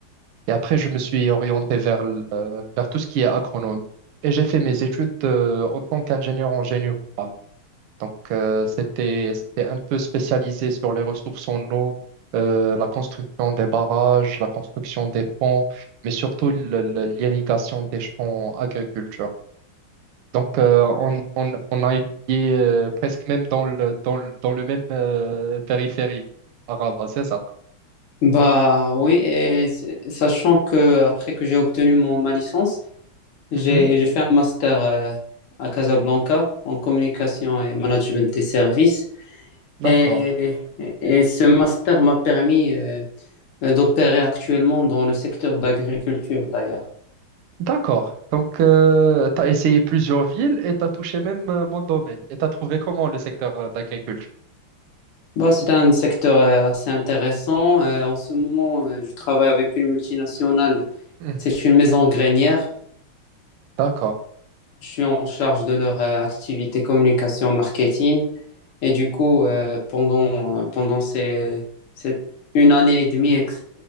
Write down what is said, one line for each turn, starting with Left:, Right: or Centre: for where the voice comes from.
Right: Et après, je me suis orienté vers, le- euh, vers tout ce qui est agronomie et j'ai fait mes études euh, en tant qu'ingénieur en génie rural. Donc, euh, c'était, c'était un peu spécialisé sur les ressources en eau, euh, la construction des barrages, la construction des ponts, mais surtout le- le- l'irrigation des champs agriculture. Donc, euh, on, on- on a étudié euh, presque même dans le, dans le, dans le même euh, périphérie arabe, c'est ça?
Left: Bah oui, et c'est- sachant que après que j'ai obtenu mon, ma licence, J'ai,
Right: Mhm.
Left: j'ai fait un master euh, à Casablanca en communication et management des services.
Right: D'accord.
Left: Et, et ce master m'a permis euh, d'opérer actuellement dans le secteur d'agriculture d'ailleurs.
Right: D'accord. Donc, tu as essayé plusieurs villes et tu as touché même euh, mon domaine. Et tu as trouvé comment le secteur euh, d'agriculture?
Left: Bah, c'est un secteur euh, assez intéressant. Euh, en ce moment, euh, je travaille avec une multinationale.
Right: Mhm.
Left: C'est une maison grainière.
Right: D'accord.
Left: Je suis en charge de leur euh, activité communication marketing. Et du coup, euh, pendant, euh, pendant ces, cette une année et demie ex-